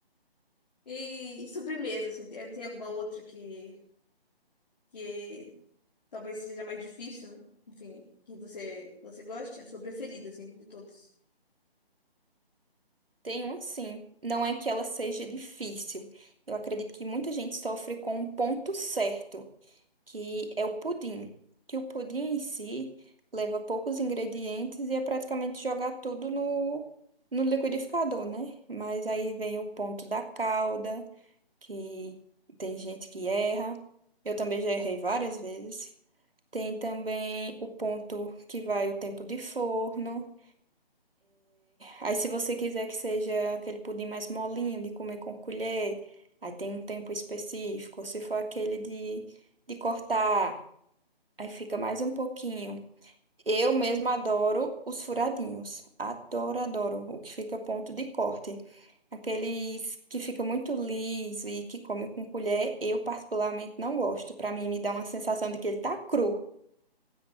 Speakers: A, on the left; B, on the right.
A: E, e sobremesa, assim, tem, tem alguma outra que, que talvez seja mais difícil, enfim, que você, você goste? A sua preferida, assim, de todos.
B: Tem um sim. Não é que ela seja difícil. Eu acredito que muita gente sofre com um ponto certo. que é o pudim. Que o pudim em si leva poucos ingredientes e é praticamente jogar tudo no, no liquidificador, né? Mas aí vem o ponto da calda, que tem gente que erra. Eu também já errei várias vezes. Tem também o ponto que vai o tempo de forno. Aí, se você quiser que seja aquele pudim mais molinho, de comer com colher, aí tem um tempo específico. Se for aquele de, de cortar. Aí fica mais um pouquinho. Eu mesma adoro os furadinhos. Adoro, adoro. O que fica ponto de corte. Aqueles que fica muito liso e que come com colher, eu particularmente não gosto. Pra mim, me dá uma sensação de que ele tá cru.